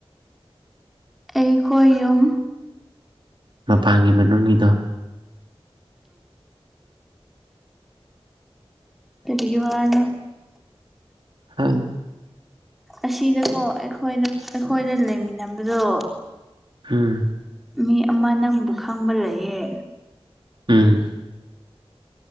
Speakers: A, in the centre; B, on the right.
A: ꯑꯩꯈꯣꯏ ꯌꯨꯝ
B: ꯃꯄꯥꯟꯒꯤ ꯃꯅꯨꯡꯒꯤꯗꯣ
A: ꯀꯔꯤ ꯋꯥꯅꫭ
B: ꯍꯥ
A: ꯑꯁꯤꯗꯀꯣ ꯑꯩꯈꯣꯏꯗ ꯑꯩꯈꯣꯏꯗ ꯂꯩꯃꯤꯟꯅꯕꯗꯣ
B: ꯎꯝ
A: ꯃꯤ ꯑꯃ ꯅꯪꯕꯨ ꯈꯪꯕ ꯂꯩꯌꯦ
B: ꯎꯝ